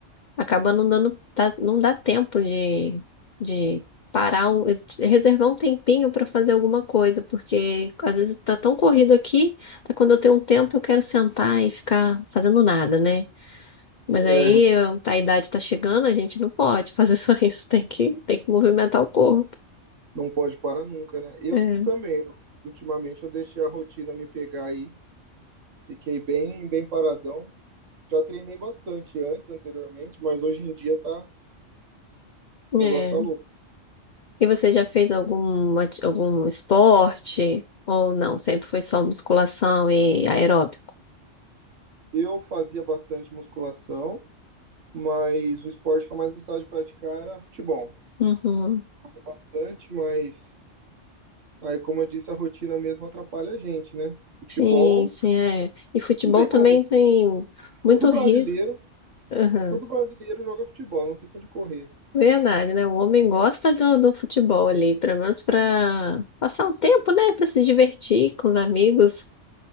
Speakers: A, on the left (about 45°); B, on the right (about 80°).
A: acaba não dando, tá- não dá tempo de, de parar um, reservar um tempinho para fazer alguma coisa, porque às vezes tá tão corrido aqui, é quando eu tenho um tempo eu quero sentar e ficar fazendo nada, né? Mas
B: É,
A: aí eu- tá, a idade tá chegando, a gente não pode <laughs> fazer só isso, tem que, tem que movimentar o corpo.
B: não pode parar nunca, né? Eu
A: É.
B: também, ultimamente eu deixei a rotina me pegar aí, fiquei bem, bem paradão. Já treinei bastante antes, anteriormente, mas hoje em dia tá, o negócio
A: É.
B: tá louco.
A: E você já fez algum, ati- algum esporte? Ou não? Sempre foi só musculação e aeróbico?
B: Eu fazia bastante musculação, mas o esporte que eu mais gostava de praticar era futebol.
A: Uhum.
B: Bastante, mas Aí, como eu disse, a rotina mesmo atrapalha a gente, né? Futebol,
A: Sim, sim, é. E futebol
B: não tem
A: também
B: como.
A: tem muito
B: Todo brasileiro,
A: risco. Aham.
B: todo brasileiro joga futebol, não tem pra onde correr.
A: Verdade, né? O homem gosta do, do futebol ali, pelo menos para passar o tempo, né? Para se divertir com os amigos.